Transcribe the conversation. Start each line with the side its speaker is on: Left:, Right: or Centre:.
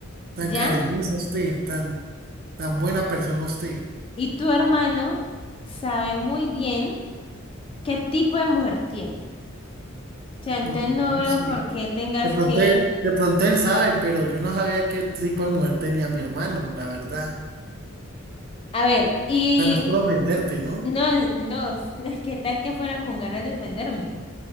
Right: tan
Left: ¿ya?
Right: cariñosa usted, tan, tan buena persona usted.
Left: Y tu hermano sabe muy bien qué tipo de mujer tiene. sea, entonces
Right: No, pues
Left: no
Right: yo no
Left: veo
Right: sé.
Left: por qué tengas
Right: De pronto,
Left: que...
Right: él- de pronto él sabe, pero yo no sabía qué tipo de mujer tenía mi hermano, la verdad.
Left: A ver, y
Right: O sea, no es por ofenderte, ¿no?
Left: no, no, <laughs> ¿qué tal que fuera con ganas de ofenderme?